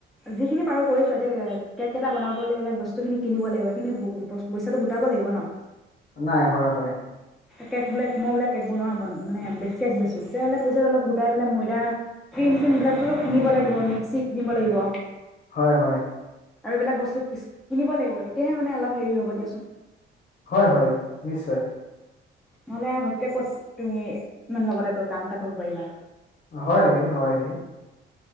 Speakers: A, in the centre; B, on the left (about 45°).
A: যিখিনি পাৰোঁ কৰিছোঁ এতিয়া কেক এটা বনাবলে হ'লে বস্তুখিনি কিনিব লাগিব সেইখিনি পইচাটো গোটাব লাগিব ন
B: নাই হয় হয়
A: কেক বোলে মই বোলে কেক বনোৱা মানে কেক বেছো তেতিয়াহ'লে পইচা অলপ গোটাই বোলে ময়দা ক্ৰীম চিৰিম বিলাক টো কিনিব লাগিব মিক্সি কিনিব লাগিব।
B: হয় হয়
A: আৰু এইবিলাক বস্তু কিছু কিনিব লাগিব তেতিয়াহে মানে অলপ হেৰি হ'ব দিয়াচোন।
B: হয় হয় নিশ্চয়
A: নহ'লে ঘপকে ক'ত তুমি ইমান লগতে কৈ কাম এটা কৰিব পাৰিবা নু
B: হয় হে হয় হে